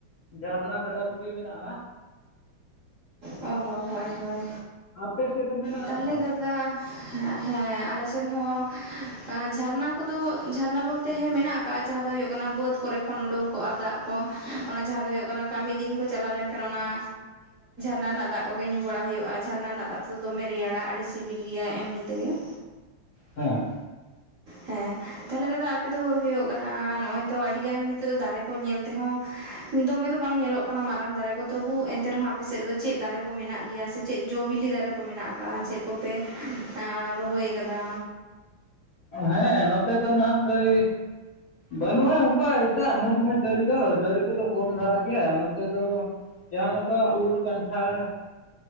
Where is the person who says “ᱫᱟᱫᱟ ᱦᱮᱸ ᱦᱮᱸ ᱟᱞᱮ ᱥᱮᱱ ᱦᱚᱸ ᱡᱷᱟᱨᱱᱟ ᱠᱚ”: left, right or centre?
Right